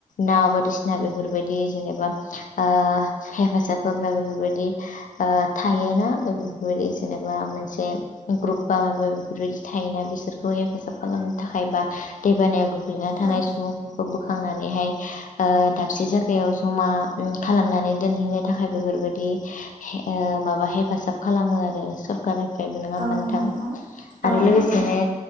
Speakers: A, on the left; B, on the right.
A: नाव बायदिसिना बेफोर बायदि जेनेबा ओ हेफाजा होबोग बेफोर बायदि ओ थायोना बेफोरदि जेनेबा मोनसे ग्रुप बा माबा मोनसे बेफोर बायदि थायोना बिसोरखौ हेफाजाब खालामनो थाखाय बा दैबानायाव गोग्लैनानै थानाय
B: औ।
A: सुबुं दिखांनानैहाय दाबसे जायगायाव जमा खालामनानै दोनहैनो थाखाय बेफोर बायदि हे ओ माबा हेफाजाब खालामो आरो सकारनि बो नङा होमबा
B: औ
A: नोंथां
B: नंगौ औ
A: आरो लोगोसेनो
B: नंगौ